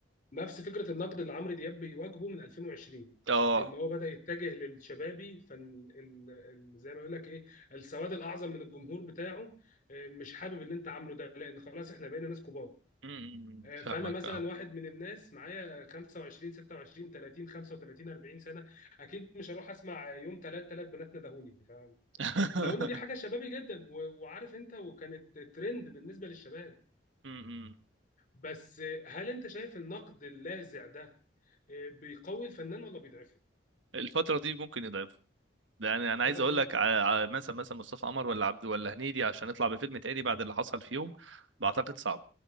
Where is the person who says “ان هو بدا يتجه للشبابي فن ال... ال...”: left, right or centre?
Left